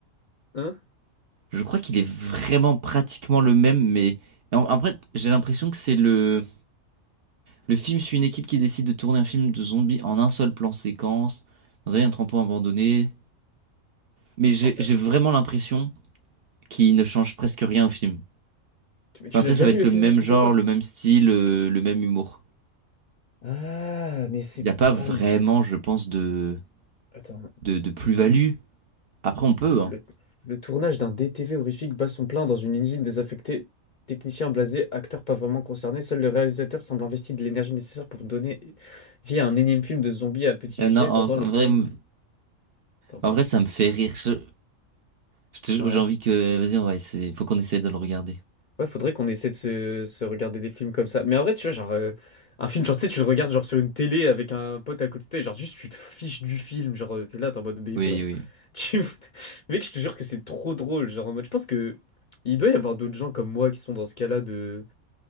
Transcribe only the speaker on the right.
je crois qu'il est vraiment pratiquement le même, mais. en- Après, j'ai l'impression que c'est le. Le film suit une équipe qui décide de tourner un film de zombies en un seul plan séquence, dans un entrepôt abandonné. Mais j'ai
j'ai vraiment l'impression qui ne change presque rien au film.
Enfin,
tu
sais, ça va
être
le
même
genre,
le même style, euh, le même humour.
Il n'y a pas vraiment,
je pense, de,
de, de plus-value.
Après, on peut, hein.
Euh,
non, en,
en
vrai, m-
en
vrai, ça me fait rire. Je- je te
J'ai envie que... Vas-y, on va essayer. Faut qu'on essaye de le regarder.
Oui,
oui.